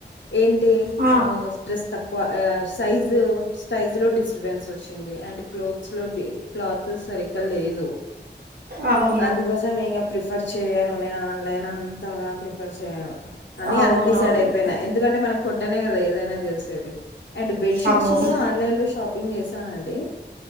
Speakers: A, on the left; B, on the right.
A: ఏంటి
B: ఆ
A: ఆహ్ డ్రస్ తక్. ఆహ్ సైజు సైజు లో డిస్టర్బెన్స్ వచ్చింది అండ్. క్లోత్స్ లో డిప్ క్లాత్ సరిగ్గా లేదు.
B: ఆవ్.
A: అందుకోసం ఇంకా ప్రిఫర్ చేయను నేను ఆన్లైన్ అంతగా ప్రిఫర్ చేయను అని
B: అవునవును
A: అందు. డిసైడ్ అయిపోయినా ఎందుకంటే మనం కొంటేనే కదా ఏదైనా తెలిసేది. అండ్ బెడ్ షీట్స్
B: అవును
A: కూడా ఆన్లైన్ లో షాపింగ్ చేశానండి.